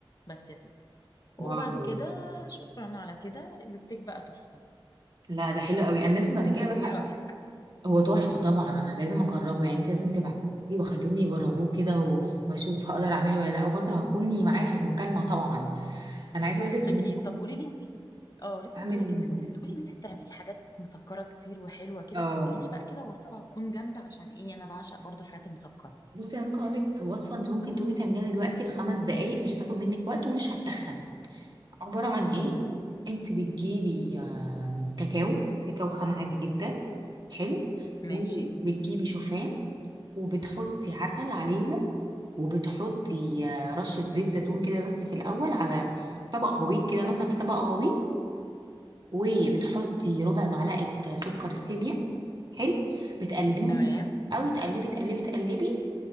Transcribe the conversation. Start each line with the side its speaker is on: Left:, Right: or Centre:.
Left: بس يا ستي وبعد
Right: واو
Left: كده شكرا على كده الستيك بقى تحفه
Right: لا ده حلو قوي انا لازم بعد كده
Left: انت
Right: بقى
Left: ايه رايك
Right: هو تحفه طبعا انا لازم اجربه يعني انت لازم تبعتيه واخليهم يجربوه كده و- واشوف هقدر اعمله ولا لا وبرضه هكوني معايا في المكالمه طبعا انا عايزه اقول لك
Left: اكيد
Right: ان
Left: طب قولي لي انت اه لسه
Right: اعمل
Left: كنت هقول لك انت كنت بتقولي ان انت بتعملي حاجات مسكره كتير وحلوه كده
Right: اه
Left: فقولي لي بقى كده وصفه تكون جامده عشان ايه انا بعشق برضو الحاجات المسكره
Right: بصي انا ممكن اقول لك وصفه انت ممكن تقومي تعمليها دلوقتي في خمس دقائق مش هتاخد منك وقت ومش هتتخن عباره عن ايه
Left: مم.
Right: انت بتجيبي آه، كاكاو كاكاو خام عادي جدا حلو وبتجيبي
Left: ماشي
Right: شوفان وبتحطي عسل عليهم وبتحطي آه، رشة زيت زيتون كده بس في الأول على طبق غويط كده مثلا في طبق غويط وبتحطي ربع معلقة سكر ستيفيا حلو بتقلبيهم
Left: تمام
Right: قوي تقلبي تقلبي تقلبي